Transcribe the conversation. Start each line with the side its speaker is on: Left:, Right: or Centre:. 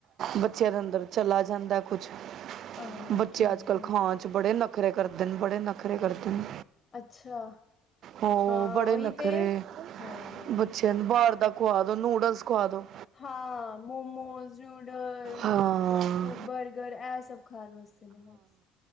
Right: ਬੱਚਿਆਂ ਦੇ ਅੰਦਰ ਚਲਾ ਜਾਂਦਾ, ਕੁਛ
Left: ਅ-ਅ
Right: ਬੱਚੇ
Left: ਠੀਕ
Right: ਅੱਜ ਕੱਲ੍ਹ
Left: ਹੈ
Right: ਖਾਣ ਚ ਬੜੇ ਨ ਖਰੇ ਕਰਦੇ ਨੇ ਬੜੇ ਨਖਰੇ ਕਰਦੇ ਨੇ।
Left: ਅੱਛਾ
Right: ਹੋ
Left: ਹਾਂ
Right: ਬੜੇ
Left: ਓਹੀ
Right: ਨਖਰੇ
Left: ਤੇ ਹਾਂ
Right: ਬੱਚਿਆਂ ਨੂੰ ਬਾਹਰ ਦਾ ਖਵਾ ਦੋ ਨੂਡਲਸ ਖਵਾ ਦੋ
Left: ਹਾਂ ਮੋਮੋਜ਼, ਨੂਡਲਜ਼
Right: ਹਾਂ
Left: ਬਰਗਰ ਇਹ ਸਭ ਖਾਣ ਵਾਸਤੇ ਨੇ ਬਸ।